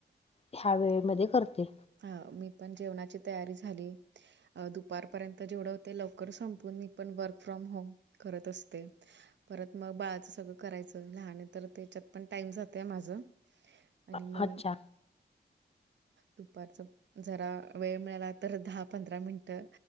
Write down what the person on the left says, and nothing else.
ह्या वेळेमध्ये करते.
अच्छा.